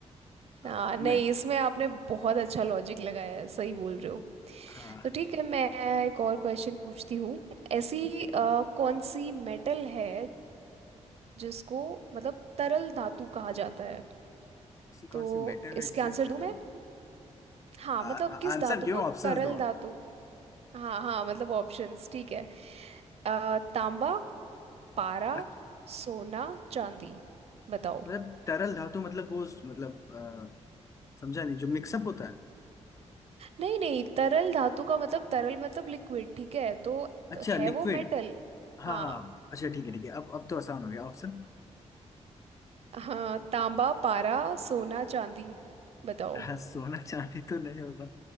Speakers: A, on the left (about 25°); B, on the right (about 60°).
A: अ,
B: हाँ नहीं
A: मैं
B: इसमें आपने बहुत अच्छा लॉजिक लगाया है सही बोल रहे हो
A: हाँ
B: तो ठीक है मैं एक और क्वेश्चन पूछती हूँ ऐसी
A: लेकिन
B: अ, कौन सी मेटल है जिसको मतलब तरल धातु कहा जाता है
A: ऐसी
B: तो
A: कौन सी मेटल
B: इसके
A: है जिसे
B: आंसर
A: तरल
B: दूं मैं हाँ
A: आ-
B: मतलब
A: आ-
B: किस
A: आंसर
B: धातु
A: क्यों
B: को
A: ऑप्शंस
B: तरल
A: दो आप
B: धातु हाँ हाँ मतलब ऑप्शंस ठीक है अ, तांबा पारा
A: अच्छा,
B: सोना चांदी बताओ
A: मतलब तरल धातु मतलब वो उस- मतलब अ, समझा नहीं जो मिक्सअप होता है
B: नहीं नहीं तरल धातु का मतलब तरल मतलब लिक्विड ठीक है तो
A: अच्छा
B: है
A: लिक्विड
B: वो मेटल
A: हाँ
B: हाँ
A: हाँ अच्छा ठीक है ठीक है अब अब तो आसान हो गया ऑप्शन
B: हाँ तांबा पारा सोना चांदी बताओ
A: हाँ, सोना चांदी तो नहीं होगा